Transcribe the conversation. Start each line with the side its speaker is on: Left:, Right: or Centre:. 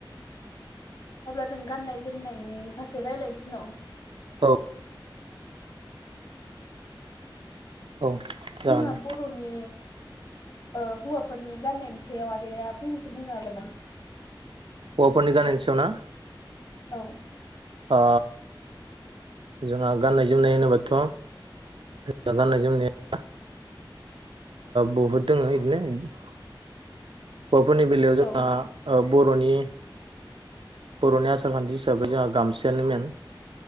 Left: अब्ला जों गाननाय जोमनायनि फारसे रायज्लायनोसै नं।
Right: औ। औ जागोन
Left: जोंहा
Right: दे
Left: बर'नि। ओ हुवाफोरनि गाननाय सायाव आदाया फोथैनो बुंनो हागोन नामा?
Right: हौवाफोरनि गावनायनि सायाव ना?
Left: औ।
Right: ओ जोंहा गाननाय जोमनाय होनोबाथ ज गाननाय जोमनाया बहुद दङ बिदिनो हौवाफोरनि बेलायाव
Left: औ
Right: जोंना बर'नि बर'नि आसार खान्थि हिसाबै जोंहा गामसायानो मेन-